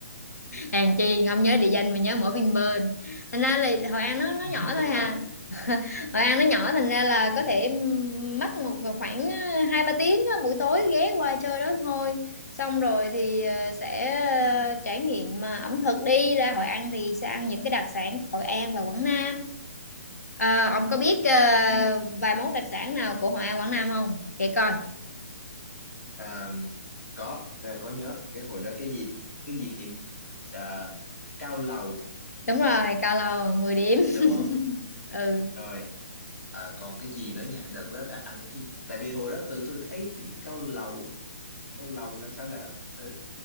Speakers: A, on the left; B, on the left.
A: hèn chi không nhớ địa danh mà nhớ mỗi Vinpearl thành ra là Hội An nó nó
B: <laughs>
A: nhỏ thôi hà
B: đó
A: Hội An nó nhỏ thành ra là
B: ừ
A: có thể mất một khoảng ờ, hai ba tiếng á, buổi tối ghé qua chơi đó thôi xong rồi thì ờ, sẽ
B: ừ
A: ờ, trải nghiệm ờ, ẩm thực đi ra Hội An thì sẽ ăn những cái đặc sản của Hội An và Quảng Nam À, ông có biết ờ,
B: ừ.
A: vài món đặc sản nào của Hội An Quảng Nam không? Kể coi.
B: À, có à, có nhớ cái hồi đó cái gì cái gì à, cao lầu
A: Đúng rồi, cao lầu 10 điểm.
B: đúng
A: <laughs>
B: không
A: Ừ.
B: rồi à, còn cái gì nữa nhỉ đợt đó là ăn cái tại vì hồi đó tụi tôi thấy những cao lầu cao lầu là sao là là,